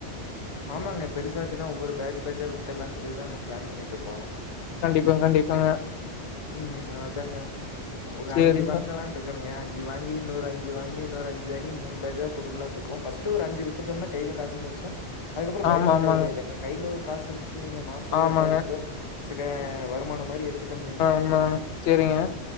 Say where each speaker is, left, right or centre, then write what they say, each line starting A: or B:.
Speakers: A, on the left; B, on the left.
A: ஆமாங்க பெசாச்சுன்னா ஒவ்வொரு பேஜ் பேஜ்சா வித்துடலாம் சொல்லிதான் நாங்க பிளான் பண்ணிட்டு இருக்கோ
B: கண்டிப்பா கண்டிப்பா
A: ம் அதாங்க ஒரு
B: சரிங்க.
A: அஞ்சு வாங்கலா இருக்கனுங்க அஞ்சு வாங்கி இன்னொரு அஞ்சு வாங்கி இன்னொரு அஞ்சு அஞ்சு வாங்கி மூணு பேஜ்ஜா குடுக்குலாம்ட்டு இருக்கோம் ஃபர்ஸ்ட் ஒரு அஞ்சு வித்துட்டோம்னா கையில காசு இருந்துச்சுன்னா அதுக்கப்பறோ
B: ஆமா,
A: பயப்பட
B: ஆமாங்க.
A: தேவையில்லைங்க கையில ஒரு காசு இருந்ச்சு நீங்க மாசோ
B: ஆமாங்க.
A: ஒரு பதினஞ்சு ரூபா ச்சிக்க வருமானம் மாரி எடுத்துட்டம்ன்னு வைங்
B: உண்மதாங் சேரிங்க